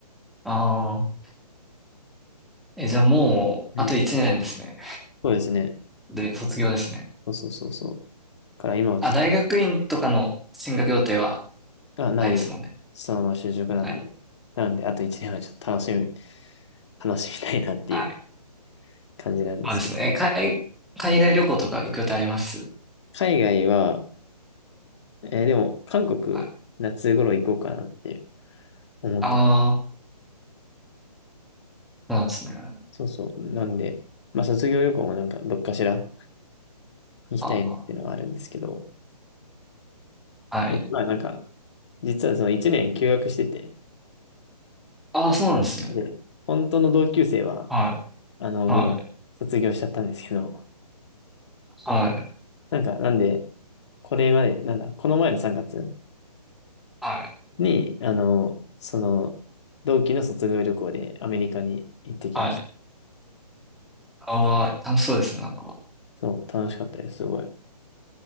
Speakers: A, in the centre; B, on the left.
A: ああ。え、じゃあもう、
B: うん。
A: あと1年ですね。
B: そうですね。
A: で、卒業ですね。
B: そうそうそうそう。から今はちょっと
A: あ、大学院とかの進学予定は
B: あ、ない。
A: ないですもんね。
B: そのまま就職なんで。
A: はい。
B: なんで、あと1年はちょっと楽しみ、楽しみたいなっていう
A: はい。
B: 感じなんですけど。
A: そうですね。え海、海外旅行とか行く予定あります
B: 海外は、えーでも、韓国、
A: はい。
B: 夏頃行こうかなって思ってて。
A: ああ、そうなんですね。
B: そうそう。なんで、まあ、卒業旅行もなんか、どっかしら行きたいなっていうのはあるんですけど、
A: あ、はい。
B: でもまあ、なんか、実はその1年休学してて、
A: ああ、そうなんですね。
B: で、本当の同級生は、
A: はい。
B: あの、もう、
A: はい。
B: 卒業しちゃったんですけど、
A: はい。
B: なんか、なんで、これまで、なんだ、この前の3月
A: はい。
B: に、あの、その、同期の卒業旅行でアメリカに行ってきました。
A: はい。ああ、楽しそうですね、なんか。
B: そう、楽しかったです、すごい。